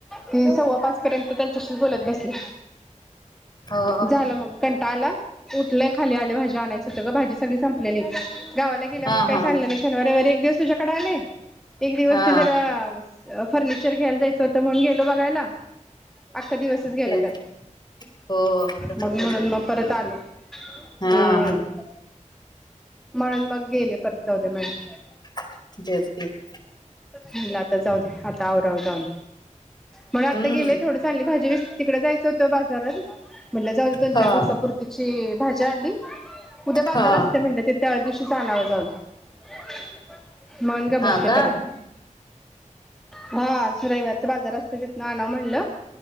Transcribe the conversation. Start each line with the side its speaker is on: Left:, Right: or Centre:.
Centre: कि सव्वा पाच पर्यंत त्यांच्याशीच बोलत बसले.
Left: हो
Centre: झालं मग कंटाळ आला उठलंत खाली आलोय भाजी आणायचं होत गं भाजी सगळी संपलेली. गावाला गेल्यामुळे
Left: हा
Centre: काय
Left: हा
Centre: चाल नाई शनिवार रविवारी एक दिवस तुझ्याकडं आलय. एक दिवस
Left: हा
Centre: ते जरा आवस फर्निचर घ्याल जायाचं होत म्हणून गे <unintelligible> बघायला. अख्खा दिवसच गेला
Left: तेच
Centre: त्यात
Left: हो तसच
Centre: मग
Left: होतय
Centre: म्हणून म परत आलो
Left: हा
Centre: हम्म. म्हणून मग गेले परत जाऊदे म्हटलं.
Left: <inaudible>
Centre: मला आता जाऊ द्या, आता आवराव जाऊन. मला आता
Left: हम्म
Centre: गेलं थोड चांगली भाजी <unintelligible> तिकड जायाचं होतं बास. <inaudible> म्हनल जाऊ द्या दोन
Left: हा
Centre: चार दिवसा पूरतीची भाजी जाली. उद्या बाजार
Left: हा
Centre: असत्यय म्हनल ति त्या दिवशीच अनाव जाऊन. ह <inaudible> म्हणून गप्प
Left: हा
Centre: बसते
Left: का
Centre: परत हा आज रविवारचा बाजार अस तिथनं आणा म्हनल